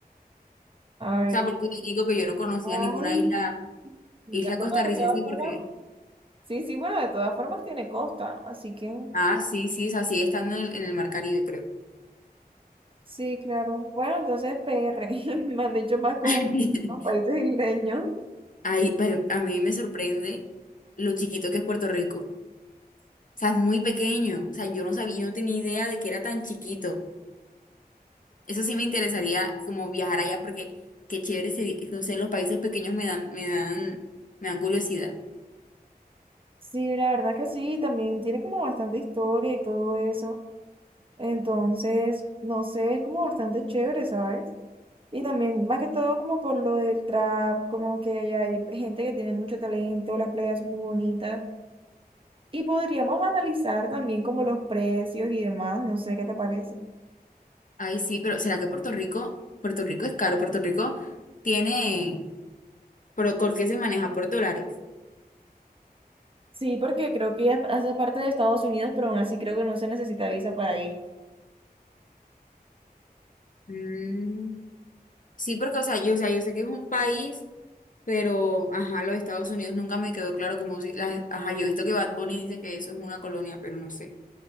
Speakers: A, on the right; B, on the left.
A: A ver,
B: O sea, por eso te digo que yo no conocía
A: ay,
B: ninguna isla
A: mira,
B: Isla
A: bueno,
B: costarricense
A: de todas formas,
B: porque,
A: sí, sí, bueno, de todas formas tiene costa, así que...
B: ah, sí, sí, es así, estando en el, en el Mar Caribe, creo.
A: Sí, claro. Bueno, entonces PR, <laughs> me han dicho más como
B: <laughs>
A: los países isleños.
B: Ahí, pero a mí me sorprende lo chiquito que es Puerto Rico. O sea, es muy pequeño. O sea, yo no sabía, yo no tenía idea de que era tan chiquito. Eso sí me interesaría como viajar allá porque qué chévere sería, no sé, los países pequeños me dan, me dan, me dan curiosidad.
A: Sí, la verdad que sí, también tiene como bastante historia y todo eso. Entonces, no sé, es como bastante chévere, ¿sabes? Y también, más que todo, como por lo del trap, como que hay, hay gente que tiene mucho talento, las playas son muy bonitas. Y podríamos analizar también como los precios y demás, no sé qué te parece.
B: Ay, sí, pero ¿será que Puerto Rico, Puerto Rico es caro? Puerto Rico tiene, pero ¿por qué se maneja por dólares?
A: Sí, porque creo que ya hace parte de Estados Unidos, pero aún así creo que no se necesita visa para ir.
B: Mm, sí, porque, o sea, yo, o sea, yo sé que es un país Pero, ajá, los Estados Unidos nunca me quedó claro como si, las- ajá, yo he visto que Bad Bunny dice que eso es una colonia, pero no sé